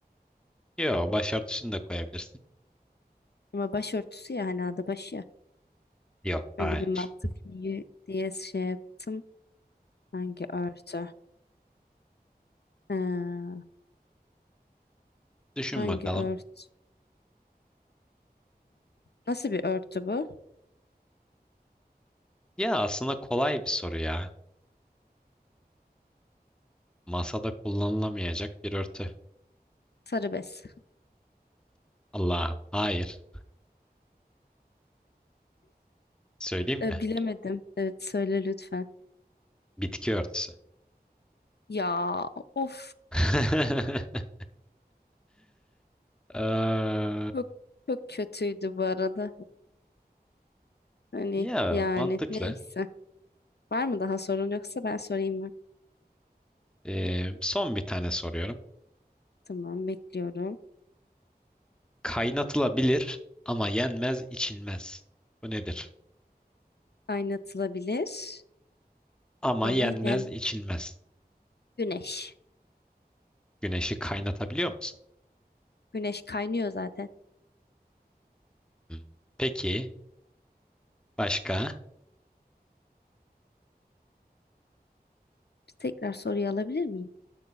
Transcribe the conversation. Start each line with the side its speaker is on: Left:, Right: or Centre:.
Centre: Yok, başörtüsünü de koyabilirsin.
Left: Ama başörtüsü ya hani adı başı ya.
Centre: Yok, hayır.
Left: Öyle bir mantık yürü diye şey yaptım. Hangi örtü? Ee,
Centre: Düşün
Left: hangi
Centre: bakalım.
Left: örtü? Nasıl bir örtü bu?
Centre: Ya aslında kolay bir soru ya. Masada kullanılamayacak bir örtü.
Left: Sarı bez.
Centre: Allah'ım, hayır. Söyleyeyim
Left: Ee,
Centre: mi?
Left: bilemedim. Evet söyle lütfen.
Centre: Bitki örtüsü.
Left: Ya of.
Centre: <laughs> Eee,
Left: Çok, çok kötüydü bu arada. Hani
Centre: ya
Left: yani
Centre: mantıklı.
Left: neyse. Var mı daha sorun yoksa ben sorayım mı?
Centre: Eee, son bir tane soruyorum.
Left: Tamam bekliyorum.
Centre: Kaynatılabilir ama yenmez, içilmez. Bu nedir?
Left: Kaynatılabilir
Centre: Ama
Left: ama
Centre: yenmez,
Left: yani
Centre: içilmez.
Left: güneş.
Centre: Güneşi kaynatabiliyor musun?
Left: Güneş kaynıyor zaten.
Centre: Hmm. Peki başka?
Left: Bir tekrar soruyu alabilir miyim?